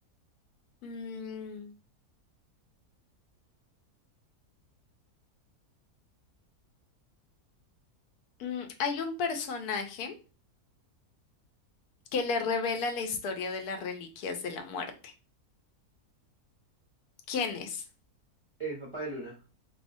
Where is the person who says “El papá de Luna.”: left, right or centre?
Right